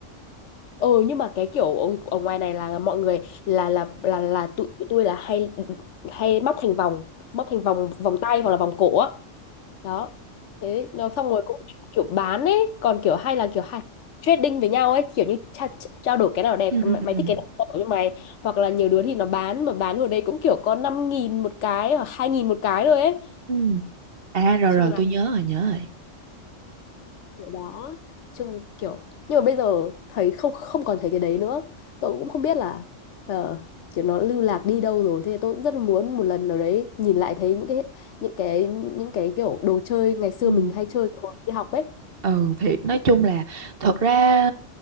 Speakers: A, on the left; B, on the right.
A: ừ nhưng mà cái kiểu ở, ở ngoài này là mọi người là là là là tụi tụi tôi là hay hay móc thành vòng móc thành vòng vòng tay hoặc là vòng cổ á đó thế nó xong rồi cũng kiểu bán ấy còn kiểu hay là kiểu hay trading với nhau ấy kiểu như tra, trao đổi cái nào đẹp
B: Ừ, ừ,
A: mày,
B: ừ.
A: mày
B: ừ.
A: thích cái nào tao cho mày hoặc là nhiều đứa thì nó bán mà bán ở đây cũng kiểu có năm nghìn một cái hoặc hai nghìn một cái rồi ấy nói
B: Ừ. À, rồi
A: chung
B: rồi,
A: là
B: tôi nhớ rồi, nhớ rồi.
A: kiểu đó chung kiểu nhưng mà bây giờ thấy không không còn thấy cái đấy nữa tôi cũng không biết là ờ, kiểu nó lưu lạc đi đâu rồi thế tôi cũng rất là muốn một lần nào đấy nhìn lại thấy những cái những cái những cái kiểu đồ chơi ngày xưa
B: Ừ.
A: mình hay chơi hồi đi học ấy
B: Ừ thiệt nói chung là thật ra